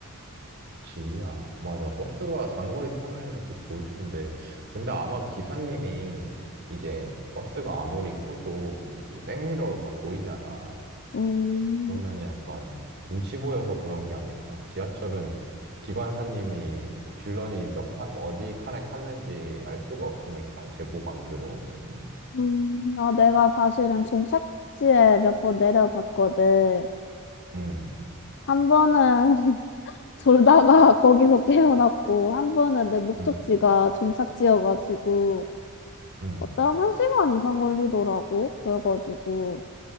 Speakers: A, on the right (about 50°); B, on the left (about 55°).
A: 그치. 아, 맞아. 버스가 장거리 타면은 더 좋을 텐데. 근데 아마 기사님이 이제 버스가 아무리 커도 이제 백미러로 다 보이잖아.
B: 음,
A: 그러면은 약간 눈치 보여서 그런 게 아닐까. 지하철은 기관사님이 이 빌런이 몇 칸, 어디 칸에 탔는지 알 수가 없으니까 제보가 안 들어오면은.
B: 음, 음. 아, 내가 사실은 종착지에 몇 번 내려봤거든.
A: 응,
B: 한 번은 졸다가 <laughs> 거기서 깨어났고, 한 번은 내 목적지가
A: 응,
B: 종착지여가지고,
A: 응,
B: 어떤 한 시간 이상 걸리더라고. 그래가지고,